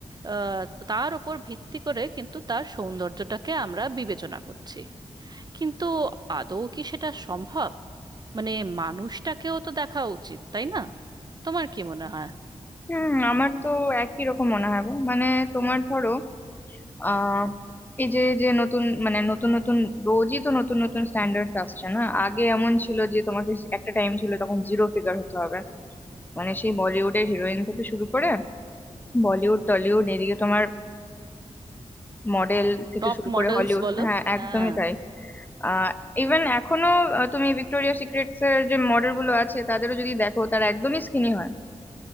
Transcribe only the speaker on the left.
হুম আমার তো একই রকম মনে হয় গো মানে তোমার ধরো আহ এই যে যে নতুন মানে নতুন নতুন রোজই তো নতুন নতুন স্ট্যান্ডার্ডস আসছে না আগে এমন ছিল যে তোমাকে একটা টাইম ছিল তখন জিরো ফিগার হতে হবে মানে সেই বলিউডের হিরোইন থেকে শুরু করে বলিউড টলিউড এদিকে তোমার মডেল থেকে
শুরু
করে হলিউড
হ্যাঁ একদমই
তাই আহ ইভেন এখনো আহ, তুমি ভিক্টোরিয়া সিক্রেটস এর যে মডেল গুলো আছে তাদেরও যদি দেখো তারা একদমই স্কিনি হয়